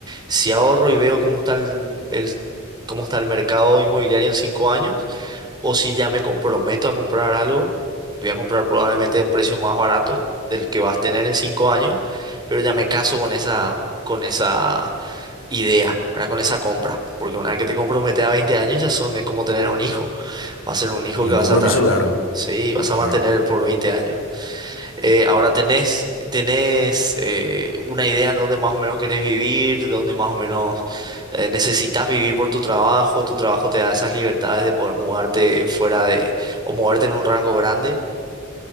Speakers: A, on the right; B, on the left.
A: si ahorro y veo cómo está el, el- cómo está el mercado inmobiliario en cinco años, o si ya me comprometo a comprar algo, voy a comprar probablemente a un precio más barato del que vas a tener en cinco años, pero ya me caso con esa, con esa idea, ¿verdad? Con esa compra. Porque una vez que te comprometes a 20 años ya son, es como tener un hijo. Va a ser un hijo
B: Y
A: que
B: un
A: vas
B: compromiso
A: a estar,
B: largo,
A: sí, vas a
B: claro.
A: mantener por 20 años. Eh, ahora tenés, tenés eh, una idea de dónde más o menos querés vivir, dónde más o menos eh, necesitas vivir por tu trabajo. Tu trabajo te da esas libertades de poder mudarte fuera de, o moverte en un rango grande.